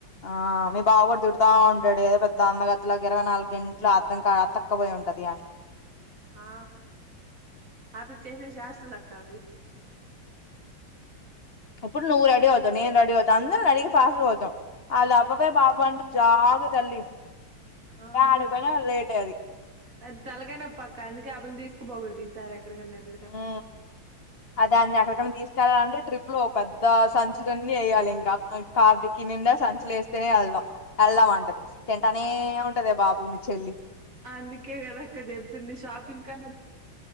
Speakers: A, on the left (about 30°); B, on the right (about 40°).
A: ఆ మీ బావ కూడా తిగుతా ఉంటాడు ఏదో పెద్ద అందగాటతేలాగా ఇరవైనాలుగు గంటలు అదం కాడ అతక్కు పోయి ఉంటది. కా
B: ఆ అటు చేసే శాస్టలక్క అవి
A: అప్పుడు నువ్వు రడీ అవుతావు నేను రెడీ అవుత అందరం రెడీగ ఫాస్ట్ గ అవుతాం అద ఆపవే బాబు అంటే జాద తల్లి
B: ఆ
A: యాడికి
B: అవున అక్క
A: పోయినా లేటే అది
B: అది తలకనపక్క అందుకే ఆబలు తీసుకుపోకూడదు ఈసారి ఎక్కడికన్నా వెళ్ళేటప్పుడు
A: ఆ అదే అన్ని ఎక్కడికన్నా తీసుకెళ్లాలంటే ట్రిప్ లో ఒక పెద్ద సంచులన్నీ ఎయ్యాలి ఇంకా కార్తికి నిండా సంచులే ఎస్తేనే ఎళ్దాం ఎళ్దాం అంటది తింటేనే ఉంటదే బాబు మీ చెల్లి
B: అందుకే గదక్క చెప్పింది షాపింగ్ కన్నా